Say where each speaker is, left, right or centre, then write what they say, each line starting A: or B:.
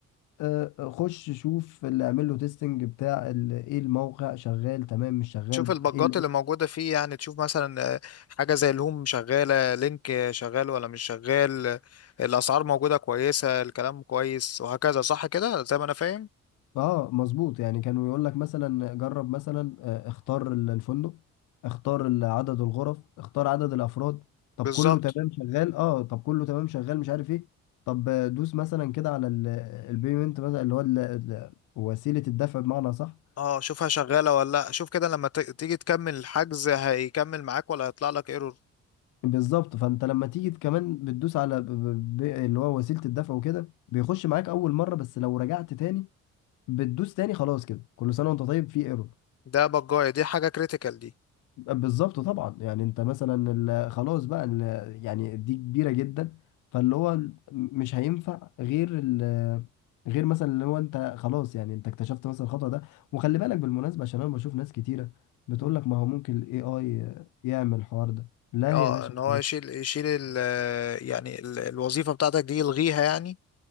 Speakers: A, on the left (about 90°); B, on the left (about 55°).
A: آه، آه، خش شوف اللي اعمل له تيستنج بتاع ال- ايه الموقع شغال تمام مش شغال
B: تشوف البجات
A: ايه
B: اللي موجودة فيه يعني تشوف مثلا آه، حاجة زي الهوم شغالة لينك آه، شغال ولا مش شغال آه، الأسعار موجودة كويسة الكلام كويس وهكذا صح كده زي ما أنا فاهم
A: اه مظبوط يعني كانوا يقول لك مثلا جرب مثلا آه، اختار ال- الفندق اختار ال- عدد الغرف اختار عدد الافراد طب
B: بالظبط
A: كله تمام شغال اه طب كله تمام شغال مش عارف ايه طب آه، دوس مثلا كده على ال- البيمنت مثلا اللي هو ال- ال- وسيلة الدفع بمعنى صح
B: اه شوفها شغالة ولا لأ شوف كده لما ت- تيجي تكمل الحجز هيكمل معاك ولا هيطلع لك ايرور
A: بالظبط فانت لما تيجي كمان بتدوس على ب- ب- ب- اللي هو وسيلة الدفع وكده بيخش معاك اول مرة بس لو رجعت تاني بتدوس تاني خلاص كده كل سنة وانت طيب في ايرور
B: ده بجاية دي حاجة كريتيكال دي
A: بالظبط طبعا يعني انت مثلا ال- خلاص بقى ال- يعني دي كبيره جدا فاللي هو ال- مش هينفع غير ال- غير مثلا اللي هو انت خلاص يعني انت اكتشفت مثلا الخطأ ده وخلي بالك بالمناسبه عشان انا بشوف ناس كتيره بتقول
B: مم.
A: لك ما هو ممكن الاي اي يعمل الحوار ده لا
B: اه
A: يا باشا
B: ان هو يشيل يشيل ال يعني ال الوظيفة بتاعتك دي يلغيها يعني